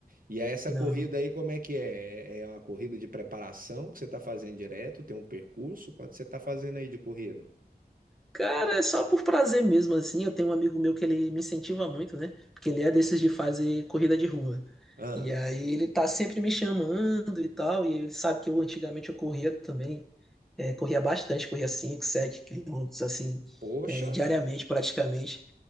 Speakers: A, on the right; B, in the centre.
A: E aí essa
B: Não.
A: corrida aí, como é que é? É é uma corrida de preparação que você está fazendo direto? Tem um percurso? Quanto você está fazendo aí de corrida?
B: Cara, é só por prazer mesmo, assim. Eu tenho um amigo meu que ele me incentiva muito, né? Porque ele é desses de fazer corrida de rua.
A: Ah,
B: E aí ele tá sempre me chamando e tal, e ele sabe que eu antigamente eu corria também, é, corria bastante, corria 5 7 quilômetros, assim,
A: poxa,
B: é, diariamente praticamente.